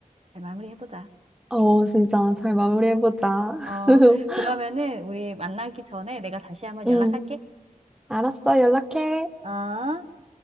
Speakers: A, on the right; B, in the centre.
A: 잘 마무리해 보자.
B: 어, 진짜 잘 마무리해보자.
A: 어,
B: <laughs>
A: 그러면은 우리 만나기 전에 내가 다시 한번
B: 음.
A: 연락할게.
B: 알았어, 연락해.
A: 어?